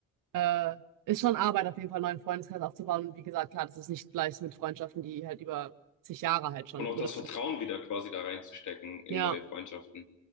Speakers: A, on the right; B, on the left.
A: äh, ist schon Arbeit, auf jeden Fall einen neuen Freundeskreis aufzubauen. Und wie gesagt, klar, das ist nicht gleich mit Freundschaften, die halt über zig Jahre halt schon,
B: Und auch
A: oder
B: das Vertrauen wieder quasi da reinzustecken in
A: ja,
B: neue Freundschaften.